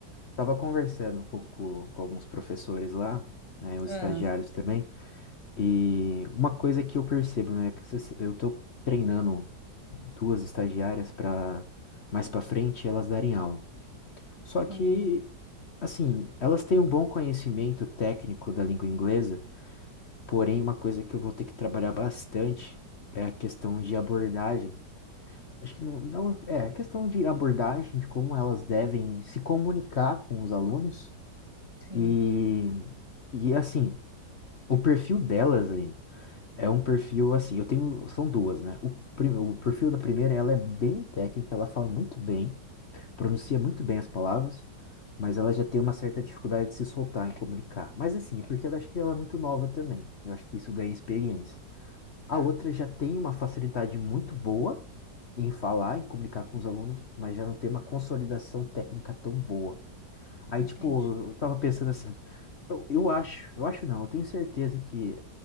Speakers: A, on the left; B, on the right.
A: tava conversando um pouco com alguns professores lá, né, os
B: Ah,
A: estagiários também, e uma coisa que eu percebo, né, que vocês- eu tô treinando duas estagiárias para mais pra frente elas darem aula. Só que
B: hum,
A: Assim, elas têm um bom conhecimento técnico da língua inglesa, porém, uma coisa que eu vou ter que trabalhar bastante é a questão de abordagem. Acho que não, não é a questão de abordagem, de como elas devem se comunicar com os alunos.
B: sim,
A: E, e assim, o perfil delas, Aline, é um perfil assim, eu tenho, são duas, né? O, prim- o perfil da primeira, ela é bem técnica, ela fala muito bem pronuncia muito bem as palavras, mas ela já tem uma certa dificuldade de se soltar em comunicar. Mas assim, é porque ela acho que ela é muito nova também. Eu acho que isso ganha experiência. A
B: tá,
A: outra já tem uma facilidade muito boa em falar, em comunicar com os alunos, mas já não tem uma consolidação técnica tão boa. Aí,
B: entendi.
A: tipo, eu tava pensando assim, eu, eu acho, eu acho não, eu tenho certeza que